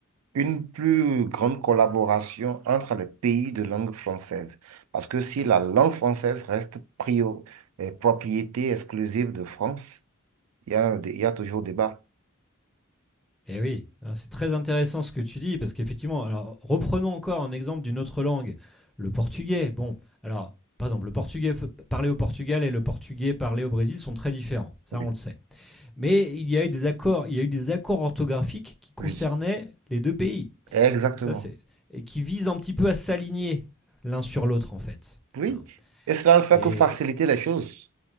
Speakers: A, on the right; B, in the centre.
A: une plus grande collaboration entre les pays de langue française. Parce que si la langue française reste prio- euh, propriété exclusive de France, il y a, un dé- il y a toujours débat.
B: Eh oui, hein, c'est très intéressant ce que tu dis, parce qu'effectivement, alors reprenons encore un exemple d'une autre langue, le portugais. Bon, alors, par exemple, le portugais f- parlé au Portugal et le portugais parlé au Brésil sont très différents, ça
A: Oui,
B: on le sait. Mais il y a eu des accords, il y a eu des accords orthographiques qui concernaient
A: oui.
B: les deux pays.
A: Exactement.
B: Ça, c'est et qui visent un petit peu à s'aligner l'un sur l'autre en fait.
A: Oui.
B: Hein.
A: Et cela ne fait
B: Et
A: que faciliter les choses.